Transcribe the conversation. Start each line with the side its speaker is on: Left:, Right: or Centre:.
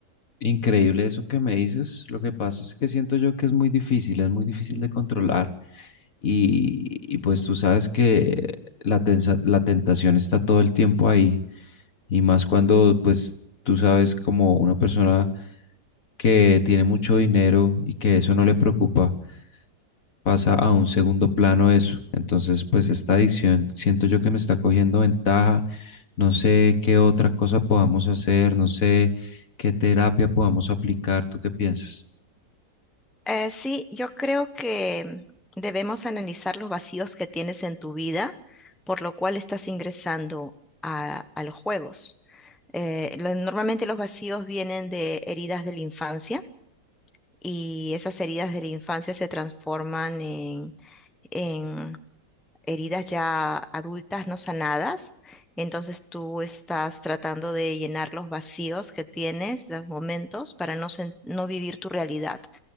Left: Increíble eso que me dices. Lo que pasa es que siento yo que es muy difícil, es muy difícil de controlar. Y, y pues tú sabes que la, tensa- la tentación está todo el tiempo ahí. Y más cuando pues tú sabes como una persona que tiene mucho dinero y que eso no le preocupa pasa a un segundo plano eso. Entonces, pues esta adicción siento yo que me está cogiendo ventaja. No sé qué otra cosa podamos hacer, no sé qué terapia podamos aplicar. ¿Tú qué piensas?
Centre: Eh, sí, yo creo que debemos analizar los vacíos que tienes en tu vida, por lo cual estás ingresando a, a los juegos. Eh, lo- normalmente los vacíos vienen de heridas de la infancia y esas heridas de la infancia se transforman en, en heridas ya adultas no sanadas. Entonces tú estás tratando de llenar los vacíos que tienes, los momentos, para no, sen- no vivir tu realidad.